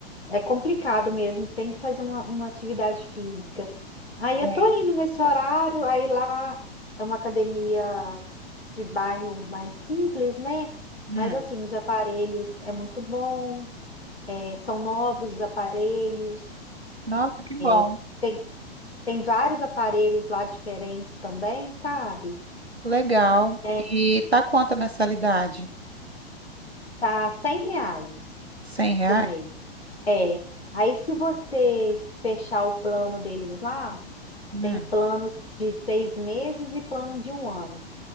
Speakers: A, on the left; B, on the right.
A: é complicado mesmo, tem que fazer uma, uma atividade física. Aí
B: Tem.
A: eu tô indo nesse horário, aí lá é uma academia de bairro mais simples, né?
B: Hum.
A: Mas assim, os aparelhos é muito bom, é, são novos os aparelhos,
B: Nossa, que bom.
A: é, tem, tem vários aparelhos lá diferentes também, sabe?
B: Legal.
A: É,
B: E tá quanto a mensalidade?
A: tá R$ reais
B: 100 reais?
A: o mês. É. Aí, se você fechar o plano deles lá,
B: Hum.
A: tem planos de seis meses e plano de um ano.